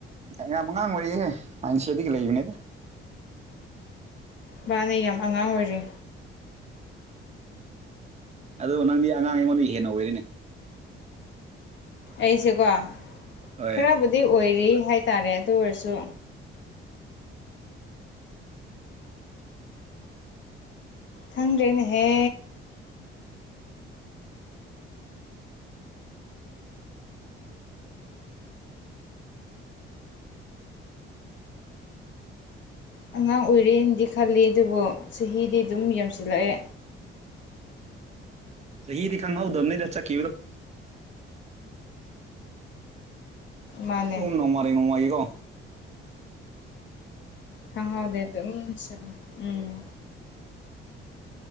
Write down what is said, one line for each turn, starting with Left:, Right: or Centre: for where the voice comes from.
Right: ꯌꯥꯝ ꯑꯉꯥꯡ ꯑꯣꯢꯔꯤꯌꯦ ꯃꯥꯏꯟꯁꯦꯗꯒꯤ ꯂꯩꯕꯅꯤꯗ
Left: ꯃꯥꯅꯦ ꯌꯥꯝ ꯑꯉꯥꯡ ꯑꯣꯏꯔꯤ
Right: ꯑꯗꯨꯕꯣ ꯅꯪꯗꯤ ꯑꯉꯥꯡ ꯑꯩꯉꯣꯟꯗꯩ ꯍꯦꯟꯅ ꯑꯣꯏꯔꯤꯅꯦ
Left: ꯑꯩꯁꯦꯀꯣ
Right: ꯍꯣꯏ
Left: ꯈꯔꯕꯨꯗꯤ ꯑꯣꯏꯔꯤ ꯍꯥꯏꯇꯥꯔꯦ ꯑꯗꯨ ꯑꯣꯏꯔꯁꯨ꯫ ꯈꯪꯗ꯭ꯔꯦꯅꯦꯍꯦ꫰꫰ ꯑꯉꯥꯡ ꯑꯣꯏꯔꯤꯅꯗꯤ ꯈꯜꯂꯤ ꯑꯗꯨꯕꯨ ꯆꯍꯤꯗꯤ ꯑꯗꯨꯝ ꯌꯥꯝꯁꯤꯜꯂꯛꯑꯦ꯫
Right: ꯆꯍꯤꯗꯤ ꯈꯪꯍꯧꯗꯝꯅꯦꯗ ꯆꯠꯈꯤꯕꯗꯨ꯫
Left: ꯃꯥꯅꯦ
Right: ꯑꯗꯨꯨꯝ ꯅꯣꯡ ꯃꯒꯤ ꯅꯣꯡ ꯃꯥꯒꯤꯀꯣ꯫
Left: ꯈꯪꯍꯧꯗꯦ ꯑꯗꯨꯝ ꯆꯠꯂꯦ ꯎꯝ꯫